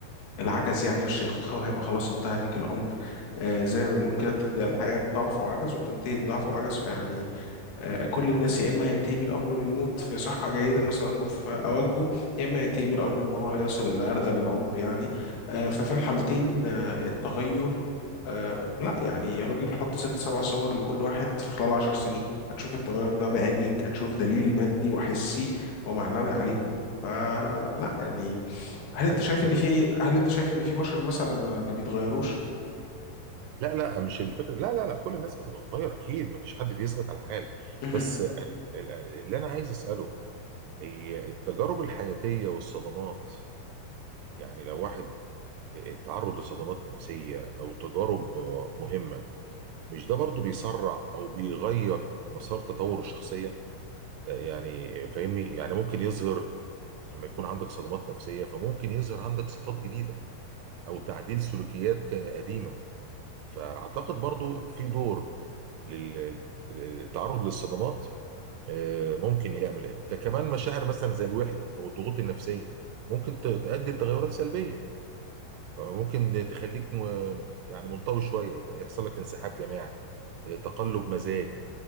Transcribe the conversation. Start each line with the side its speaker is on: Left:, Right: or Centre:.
Left: والعجز يعني والشيخوخة وهيبقى خلاص انتهى بيك الأمر آه، زي ما بنقول كده بتبدأ الحياة بضعف وعجز وبتنتهي بضعف وعجز فيعني آه، كل الناس يا اما هينتهي بيه الامر بالموت في صحه جيده مثلا وفي اوجه يا اما هينتهي بيه الامر ان هو يصل الى ارذل العمر يعني آه، ففي الحالتين آه، التغير آه، لا يعني يا راجل حط ست سبع صور لكل واحد في خلال عشر سنين هتشوف التغير ده بعينيك هتشوف دليل مادي وحسي ومعنوي عليه فلا يعني هل انت
Right: حاجه
Left: شايف
Right: عايز
Left: ان في
Right: اقول
Left: هل انت شايف ان في بشر مثلا ما, ما بيتغيروش؟
Right: لا لا مش الفكره لا لا لا كل الناس بتتغير اكيد ما فيش حد بيثبت على حال
Left: مهم.
Right: بس ال- ال- اللي انا عايز اساله هي التجارب الحياتيه والصدمات يعني لو واحد اتعرض لصدمات نفسيه او تجارب آه، مهمه مش ده برضو بيسرع او بيغير مسار تطور الشخصيه يعني فاهمني يعني ممكن يظهر لما يكون عندك صدمات نفسية فممكن يظهر عندك صفات جديدة أو تعديل سلوكيات ك- قديمة فأعتقد برضو في دور لل- للتعرض للصدمات آه، ممكن يعمل إيه. ك- كمان مشاعر مثلا زي الوحدة أو الضغوط النفسية ممكن ت- تؤدي لتغيرات سلبية آه، ممكن تخليك م- يعني منطوي شوية يبقى يحصل لك انسحاب جماعي آه، تقلب مزاج